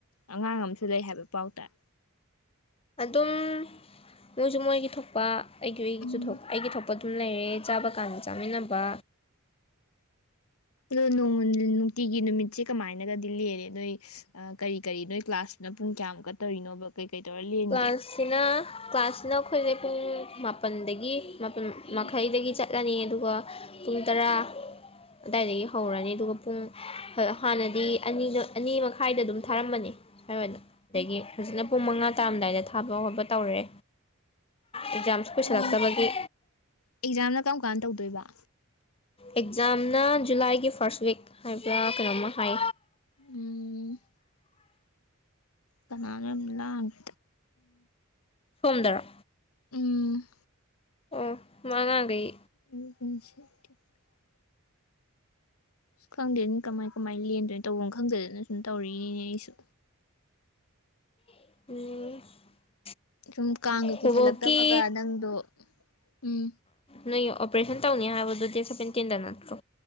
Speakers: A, on the left; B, on the left.
A: ꯑꯉꯥꯡ ꯑꯃꯁꯨ ꯂꯩ ꯍꯥꯏꯕ ꯄꯥꯎ ꯇꯥꯏ꯫
B: ꯑꯗꯨꯝ ꯃꯣꯏꯁꯨ ꯃꯣꯏꯒꯤ ꯊꯣꯛꯄ ꯑꯩꯒꯤꯁꯨ
A: ꯎꯝ
B: ꯑꯩꯒꯤ ꯊꯣꯛꯄ ꯑꯗꯨꯝ ꯂꯩꯔꯦ꯫ ꯆꯥꯕ ꯀꯥꯟ ꯆꯥꯃꯤꯟꯅꯕ꯫
A: ꯑꯗꯨ ꯅꯣꯡꯃ ꯅꯨꯡꯇꯤꯒꯤ ꯅꯨꯃꯤꯠꯁꯤ ꯀꯃꯥꯏꯅꯒꯗꯤ ꯂꯦꯜꯂꯤ ꯅꯣꯏ ꯀꯔꯤ ꯀꯔꯤ ꯅꯣꯏ ꯀ꯭ꯂꯥꯁꯅ ꯄꯨꯡ ꯀꯌꯥꯃꯨꯛꯀ ꯇꯧꯔꯤꯅꯣꯕ ꯀꯩꯀꯩ ꯇꯧꯔ ꯂꯦꯟꯒꯦ
B: ꯀ꯭ꯂꯥꯁꯤꯅ ꯀ꯭ꯂꯥꯁꯤꯅ ꯑꯩꯈꯣꯏꯖꯦ ꯄꯨꯡ ꯃꯥꯄꯟꯗꯒꯤ꯫ ꯃꯥꯄꯟ
A: ꯎꯝ
B: ꯃꯈꯩꯗꯒꯤ ꯆꯠ ꯆꯠꯂꯅꯤ ꯑꯗꯨꯒ ꯄꯨꯡ ꯇꯔꯥ ꯑꯗ꯭ꯋꯥꯏꯗꯒꯤ ꯍꯧꯔꯅꯤ ꯑꯗꯨꯒ ꯄꯨꯡ ꯍ ꯍꯥꯟꯅꯗꯤ ꯑꯅꯤꯗ ꯑꯅꯤ ꯃꯈꯥꯏꯗ ꯗꯨꯝ ꯊꯥꯔꯝꯕꯅꯦ꯫ ꯁ꯭ꯋꯥꯏ ꯋꯥꯏꯗ꯫ ꯍꯧꯖꯤꯛꯅ ꯄꯨꯡ ꯃꯉꯥ ꯇꯥꯔꯝꯗꯥꯏꯗ ꯊꯥꯕ ꯈꯣꯠꯄ ꯇꯧꯔꯦ꯫ ꯑꯦꯛꯖꯥꯝꯁꯨ ꯀꯨꯁꯜꯂꯛꯇꯕꯒꯤ꯫
A: ꯑꯣ ꯑꯦꯛꯖꯥꯝꯅ ꯀꯔꯝ ꯀꯥꯟ ꯇꯧꯗꯣꯏꯕ꯫
B: ꯑꯦꯛꯖꯥꯝꯅ ꯖꯨꯂꯥꯏꯒꯤ ꯐꯥꯔ꯭ꯁꯠ ꯋꯤꯛ ꯍꯥꯏꯕ꯭ꯔ ꯀꯩꯅꯣꯝꯃ ꯍꯥꯏ꯫
A: ꯎꯝ꯫ ꯀꯅꯥꯅꯣ ꯌꯥꯝ ꯂꯥꯡ <unintelligible>
B: ꯇꯨꯝꯗ꯭ꯔ
A: ꯎꯝ꯫
B: ꯑꯣ ꯃꯉꯥꯡꯒꯩ
A: <unintelligible> ꯈꯪꯗꯦꯅꯤ ꯀꯃꯥꯏ ꯀꯃꯥꯏ ꯂꯦꯟꯗꯣꯏ ꯇꯧꯕꯝ ꯈꯪꯗꯗꯅ ꯁꯨꯝ ꯇꯧꯔꯛꯅꯏꯅꯤꯅꯦ ꯑꯩꯁꯨ꯫
B: <unintelligible>
A: ꯁꯨꯝ ꯀꯥꯡꯒ ꯀꯨꯁꯜꯂꯛꯇꯕꯒ
B: ꯕꯣꯕꯣꯛꯀꯤ
A: ꯅꯪꯗꯣ ꯎꯝ꯫
B: ꯅꯣꯏꯒꯤ ꯑꯣꯄꯔꯦꯁꯟ ꯇꯧꯅꯤ ꯍꯥꯏꯕꯗꯣ ꯗꯦꯠ ꯁꯕꯦꯟꯇꯤꯟꯗ ꯅꯠꯇ꯭ꯔꯣ꯫